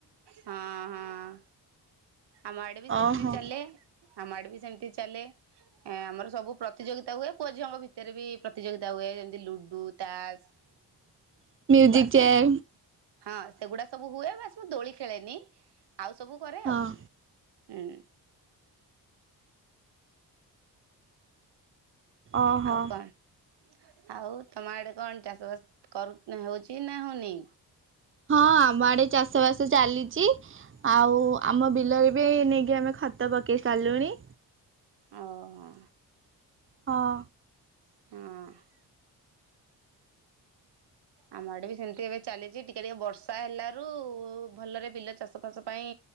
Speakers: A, on the right; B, on the right.
A: ହଁ ହଁ ଆମ ଆଡେ ବି ସେମିତି
B: ଓହୋ
A: ଚାଲେ। ଆମ ଆଡେ ବି ସେମିତି ଚାଲେ। ଏଁ ଆମର ସବୁ ପ୍ରତିଯୋଗିତା ହୁଏ ପୁଅ ଝିଅଙ୍କ ଭିତରେ ବି ପ୍ରତିଯୋଗିତା ହୁଏ ଯେମିତି ଲୁଡୁ ତାସ।
B: <unintelligible>
A: ବାସ୍
B: ଚେୟାର
A: ମୁ ହଁ ସେଗୁଡା ସବୁ ହୁଏ ବାସ୍ ମୁ ଦୋଳି ଖେଳେନି। ଆଉ ସବୁ କରେ
B: ହଁ
A: ଆଉ ହୁଁ।
B: ଓହୋ
A: ଆଉ କଣ୍ ଆଉ ତମ ଆଡ଼େ <unintelligible> ଚାଷବାସ କରୁ ନା ହଉଛି ନା ହଉନି?
B: ହଁ ଆମ ଆଡେ ଚାଷ ବାସ ଚାଲିଚି। ଆଉ ଆମ ବିଲରେ ବି ନେଇକି ଆମେ ଖତ ପକେଇ ସାରିଲୁଣି।
A: ଓହଁ।
B: ହଁ।
A: ହଁ। ଆମ ଆଡ଼େ ବି ସେମ୍ତି ଏବେ ଚାଲିଚି ଟିକେ ଟିକେ ବର୍ଷା ହେଲାରୁ ଭଲରେ ବିଲ ଚାଷ ଫାସ ପାଇଁ